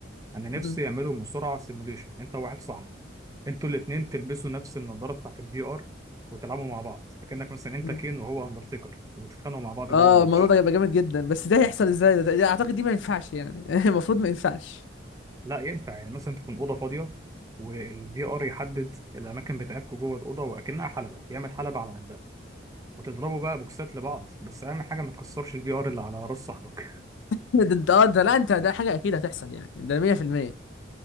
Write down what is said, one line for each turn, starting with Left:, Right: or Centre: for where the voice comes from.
Right: انا نفسي
Left: مم.
Right: يعملوا مصارعه سيموليشن انت وواحد صاحبك انتوا الاثنين تلبسوا نفس النضاره بتاعت الفي ار وتلعبوا مع بعض فكانك مثلا انت
Left: مم.
Right: كين وهو اندرتيكر وتتخانقوا مع بعض
Left: اه
Right: جوه الماتش
Left: الموضوع ده هيبقى جامد جدا بس ده هيحصل ازاي ده, ده اعتقد دي ما ينفعش يعني <laughs> المفروض ما ينفعش
Right: لا ينفع يعني مثلا تكون اوضه فاضيه والفي ار يحدد الاماكن بتاعتكم جوه الاوضه واكنها حلبه يعمل حلبه على قدها وتضربوا بقى بوكسات لبعض بس اهم حاجه ما تكسرش الفي ار اللي على راس صاحبك
Left: ده ده آه، ده لا انت ده حاجه اكيد هتحصل يعني ده 100%